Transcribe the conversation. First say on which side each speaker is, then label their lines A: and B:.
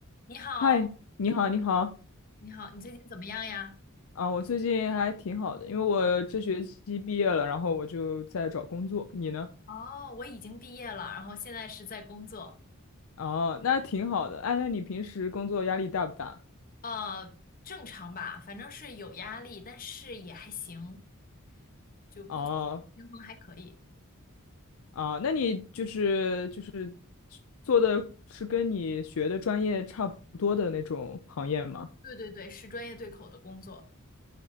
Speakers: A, on the left (about 40°); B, on the left (about 65°).
A: 你好，
B: 嗨，你好，你好，
A: 你好，你最近怎么样呀？
B: 啊，我最近还挺好的，因为我这学期毕业了，然后我就在找工作。你呢？
A: 哦，我已经毕业了，然后现在是在工作，
B: 哦，那挺好的。哎，那你平时工作压力大不大？
A: 呃，正常吧，反正是有压力，但是也还行，就工作生活平衡还可以。
B: 哦，啊，那你就是就是做的是跟你学的专业差不多的那种行业吗？
A: 对对对，是专业对口的工作。